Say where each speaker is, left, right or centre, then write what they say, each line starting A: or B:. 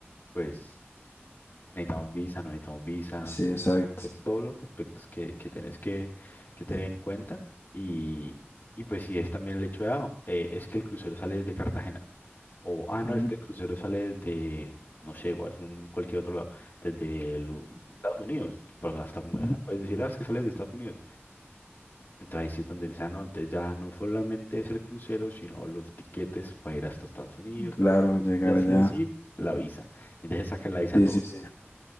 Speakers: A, on the left; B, on the left.
A: pues necesitamos visa, no necesitamos visa,
B: sí, exacto.
A: todos los aspectos que, que tenés que, que tener
B: Eh,
A: en cuenta y, y pues si es también el hecho de, ah, eh, es que el crucero sale desde Cartagena. O, ah,
B: Ujú,
A: no, es que el crucero sale desde, no sé, o hace un- cualquier otro lado, desde el- Estados Unidos, pues hasta,
B: ujú,
A: hasta
B: ujú.
A: puedes decir, ah, es que sale de Estados Unidos. Entonces ahí sí es donde dice, ah, no, entonces ya no solamente es el crucero, sino los tiquetes para ir hasta Estados Unidos,
B: Claro,
A: y,
B: llegar
A: y así
B: allá.
A: o así, la visa. Entonces sacan la visa
B: Sí,
A: todo.
B: sí, sí.